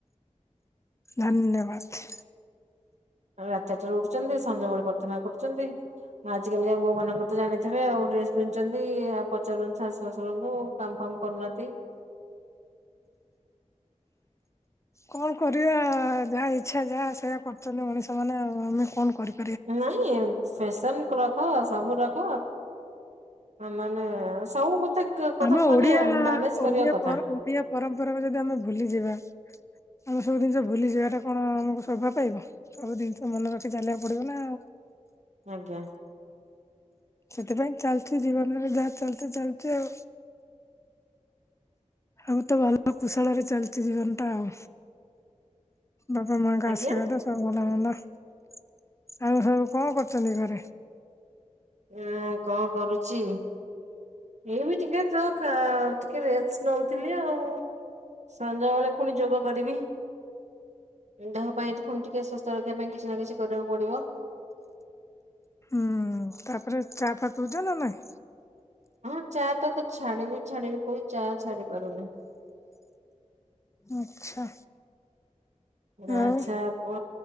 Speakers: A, on the left; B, on the right.
A: ଧନ୍ୟବାଦ।
B: ରାତିଚାରିଟାରୁ ଉଠୁଚନ୍ତି ସଞ୍ଜବେଳେ ପ୍ରାର୍ଥନା କରୁଛନ୍ତି। ଆଜିକାଲି ଆ ବୋଉ ମାନଙ୍କୁ ତ ଜାଣିଥିବେ ଆଉ ଡ୍ରେସ ପିନ୍ଧୁଛନ୍ତି ଆଉ ପଚାରୁଛନ୍ତି ଶାଶୁ ଶାଶୁରଙ୍କୁ। କାମ ଫାମ କରୁନାହାନ୍ତି।
A: କଣ କରିବା ଯାହା ଇଛା ଯାହା ସେଇଆ କରୁଛନ୍ତି ମଣିଷ ମାନେ ଆଉ ଆମେ କଣ କରିବୁ।
B: ନାଇଁ ଫେସନ କ ରଖ ସବୁ ରଖ ମାନେ ସବୁ କଥା କଥାକୁ
A: ଆମ
B: ମାନେ
A: ଓଡିଆ
B: ମ୍ୟାନେଜ
A: ଓଡିଆ
B: କରିବା କଥା।
A: ଓଡିଆ ପରମ୍ପରାକୁ ଯଦି ଆମେ ଭୁଲିଯିବା ଆମେ ସବୁ ଜିନିଷ ଭୁଲିଯିବାଟା କଣ ଆମକୁ ସୋଭା ପାଇବ। ସବୁ ଜିନିଷ ମନେ ରଖି ଚାଲିବାକୁ ପଡିବ ନା ଆଉ।
B: ଆଜ୍ଞା
A: ସେଥିପାଇଁ ଚାଲିଛି ଜୀବନରେ ଯାହା ଚାଲଚ ଚାଲଛି ଆଉ। <inaudible> ଆଉ ତ ଭଲ କୁଶଳ ରେ ଚାଲିଛି ଜୀବନ ଟା ଆଉ। ବାପା ମାଙ୍କ
B: ଆଜ୍ଞା
A: ଆଶୀର୍ବାଦ ଆଉ ଭଲ ମନ୍ଦ ଆଉ ସବୁ କଣ କରୁଚନ୍ତି ଘରେ?
B: ହୁଁ କଣ କରୁଚି? ଏଇ ବି ଟିକେ ତ ଟିକେ ରେଷ୍ଟ ନଉଥିଲି ଆଉ। ସଞ୍ଜବେଳେ ଫୁଣି ଯୋଗ କରିବି। ଦେହ ପାଇଁ ପୁଣି ଟିକେ ସୁସ୍ଥ ରଖିବା ପାଇଁ କିଛି ନା କିଛି କରିବାକୁ ପଡିବ।
A: ହୁଁ ତାପରେ ଚା ଫା ପିଉଚ ନା ନାଇଁ?
B: ହଁ ଚା ତ ଛାଡିବି ଛାଡିବି କହିି ଚା ଛାଡି ପାରୁନି।
A: ଆଚ୍ଛା
B: ଆଚ୍ଛା
A: ଆଉ
B: ପ